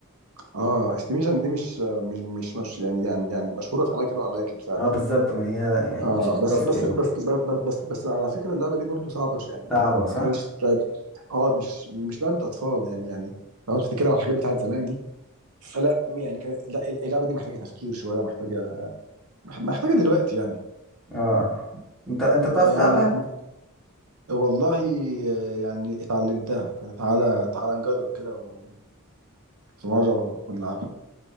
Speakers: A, on the right; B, in the centre.
A: اه استيميشن دي مش مش مش مش يعني يعني يعني مشهوره في اماكن واماكن فعلا
B: اه بالظبط ما هي يعني
A: اه
B: مش ثقافتي
A: بس بس
B: قوي
A: بس بس بس, بس على فكره اللعبه دي برضو صعبه ش- يعني
B: صعبة صح
A: ما كانش لعب اه مش مش لعبه اطفال يعني يعني لو انت بتتكلم عن الحاجات بتاعت زمان دي فلا يعني كان لا اللعبه دي محتاجه تفكير شويه ومحتاجه محتاجه دلوقتي يعني
B: اه انت انت بتعرف
A: فيعني
B: تلعبها
A: احنا والله يعني اتعلمتها تعالى تعالى نجرب كده و- في مره ونلعبها